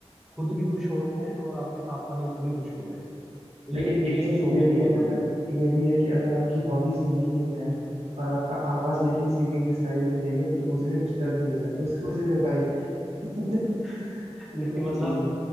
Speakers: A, in the centre; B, on the right.
A: खुद भी खुश हो रहे हैं और आपके साथ वाले सभी खुश हो रहे हैं तो ये
B: लेकिन एक
A: ये
B: चीज
A: वाली हॉबी
B: ये भी
A: तो बहुत
B: है ना
A: बढ़िया
B: भाई
A: है भाई
B: ये भी है कि अगर आपकी हॉबी सिंगिंग में है और आपका आवाज लेकिन सिंगिंग स्टाइल में नहीं है तो दूसरे डिस्टर्ब भी हो जाते हो समझ रहे हो भाई <laughs>
A: <laughs>
B: वही
A: नहीं मतलब
B: चीज है